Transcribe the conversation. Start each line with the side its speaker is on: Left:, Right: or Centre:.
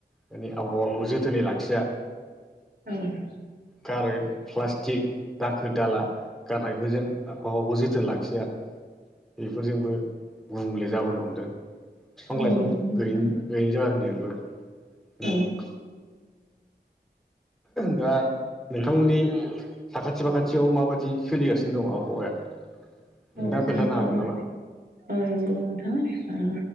Centre: माने आबहावाखौ जोथोनै लाखिया।
Right: औ
Centre: गारो प्लासटिक दाखोर दाला गारनायखौ जों आबहावाखौ जोथोन लाखिया बेफोरजोंबो गुबुंले जाबोनो हमदों बिफां
Right: औ नंगौ
Centre: लाइफां गैयैनि
Right: नोंथां
Centre: गैयैनि जाहोनजोंबो उम
Right: औ
Centre: दा नोंथांमोननि साखाथि फाखाथियाव माबायदि सोलिगासिनो दं आबहावाया नोंथाङा
Right: औ
Centre: खोन्थानो
Right: आबहावा
Centre: हागोन नामा?
Right: औ नंगौ नोंथां